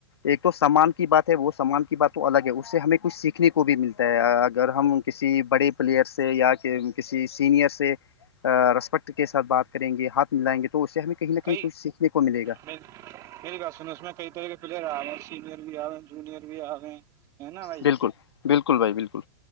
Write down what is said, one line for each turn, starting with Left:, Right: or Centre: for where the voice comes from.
Left: ایک تو سمان بات ہے وہ سامان کی بات تو الگ ہے اس سے ہمیں کچھ سیکھنے کو بھی ملتا ہے اگر ہم کسی بڑے پلیئر سے یا کہ کسی سینئر سے ریسپیکٹ کے ساتھ بات کریں گے ہاتھ ملائیں گے تو اس سے ہمیں کہیں نہ
Right: ک
Left: کہیں کچھ سیکھنے کو ملے گا
Right: م سن میں کئی طرح کے پلیئر آ گئے ہیں سینئر بھی آئے ہیں <inaudible> جئر بھی آ ہے نا بھائی
Left: بالکل بالکل بائی بالکل